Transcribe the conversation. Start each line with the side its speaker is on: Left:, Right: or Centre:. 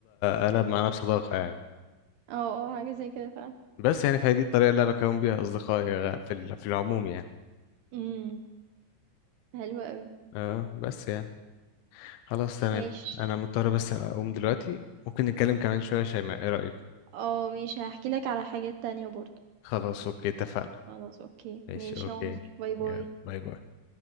Left: قلب معانا بصداقة يعني
Right: اه اه حاجه زي كده فعلا
Left: بس يعني فهي دي الطريقة اللي انا بكون بيها اصدقائي غ- في ال- في العموم يعني
Right: امم حلوه قوي
Left: اه بس يعني خلاص تمام
Right: ماشي
Left: انا مضطر بس اقوم دلوقتي ممكن نتكلم كمان شوية يا شيماء ايه رأيك
Right: اه ماشي هحكي لك على حاجات تانية برضو
Left: خلاص اوكي اتفقنا
Right: خلاص اوكي
Left: ماشي
Right: ماشي
Left: اوكي
Right: يا عمر باي باي
Left: يا باي باي